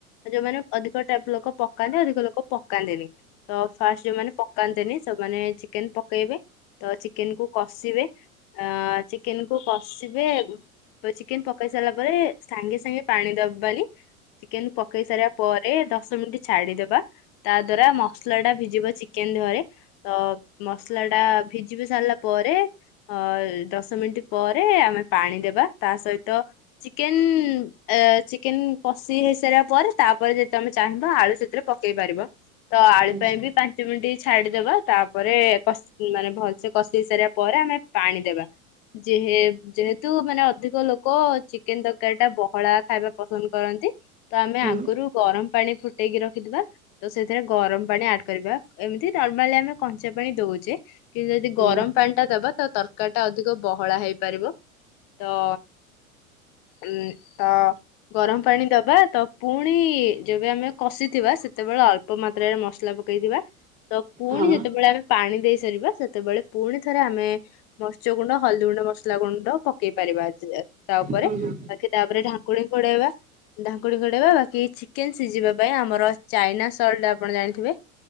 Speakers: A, on the left; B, on the right.
A: ଯୋଉମାନେ ଅଧିକ ଟାଇପ ଲୋକ ପକାନ୍ତି। ଅଧିକ ଲୋକ ପକାନ୍ତିନି ତ ଫାଷ୍ଟ ଯୋଉମାନେ ପ ପକାନ୍ତିନି ସେମାନେ ଚିକେନ ପକେଇବେ ତ ଚିକେନ କୁ କଷିବେ। ଅ ଚିକେନ କୁ କ କସିବେ ଚିକେନ ପକେଇ ସାରିଲା ପରେ ସାଙ୍ଗେ ସାଙ୍ଗେ ପାଣି ଦବାନି। ଚିକେନ ପକେଇ ସାରିବା ପରେ ଦଶ ମିନିଟ ଛାଡିଦବା ତା ଦ୍ଵାରା ମସଲା ଟା ଭିଜିବ ଚିକେନ ଦେହରେ ତ ମସଲା ଟା ଭିଜିବି ସାରିଲା ପରେ ଅ ଦଶ ମିନିଟ ପ ରେ ଆମେ ପାଣି ଦେବା ତା ସହିତ ଚିକେନ ଏ ଚିକେନ କଷି ହେଇସାରିବା ପରେ ତାପରେ ଯେଦି ତମେ ଚାହିଁବ ଆଳୁ ସେଥିରେ ପକେଇ ପାରିବ। ତ ଆଳୁ
B: ଆଚ୍ଛା
A: ପାଇଁ ବି ପାଞ୍ଚ ମିନିଟ୍ ଛାଡିଦବା ତାପରେ କସି ମାନେ ଭଲସେ କଷେଇ ସାରିବା ପରେ ଆମେ ପାଣି ଦେବା। ଯେହେ ଯେହେତୁ ମାନେ ଅଧିକ ଲୋକ ଚିକେନ ତରକାରୀ ଟା ବହଳା ଖାଇବା ପସନ୍ଦ କରନ୍ତି। ତ ଆମେ
B: ହୁଁ
A: ଆଗୁରୁ
B: ହୁଁ
A: ଗରମ ପାଣି ଫୁଟେଇକି ରଖିଥିବା। ତ ସେଥିରେ ଗରମ ପାଣି ଆଡ୍ କରିବା। ଏମିତି ନର୍ମାଲି ଆମେ କଞ୍ଚା ପାଣି ଦଉଛେ। କିନ୍ତୁ ଯଦି
B: ହଁ
A: ଗରମ ପାଣିଟା ଦବା ତ ତରକାରୀ ଟା ଅଧିକ ବହଳା ହେଇପାରିବ। ତ ଉଁ ତ ଗରମ ପାଣି ଦବା ତ ପୁଣି ଯେବେ ଆମେ କଷିଥିବା। ସେତେବେଳେ ଅଳ ଳ୍ପ ମାତ୍ରାରେ ମସଲା ପକେଇ ଥିବା। ତ ପୁଣି
B: ହଁ
A: ଯେତେବେଳେ ଆମେ ପାଣି ଦେଇ ସାରିବା। ସେତେବେଳେ ପୁଣି ଥରେ ଆମେ ମର୍ସ୍ୟ ଗୁଣ୍ଡ, ହଳଦୀ ଗୁଣ୍ଡ ମ ସଲା ଗୁଣ୍ଡ ପକେଇ ପାରିବା ତା ଉପରେ
B: ହୁଁ ହୁଁ ହୁଁ
A: ବାକି ତା ଉପରେ ଢାଙ୍କୁଣି ଘୋଡେଇବା। ଢାଙ୍କୁଣି ଘୋଡ଼େଇବା। ବାକି ଚିକେନ ସିଝିବା ପାଇଁ ଆମର ଚାଇନା ସଲ୍ଟ ଆପଣ ଜାଣିଥିବେ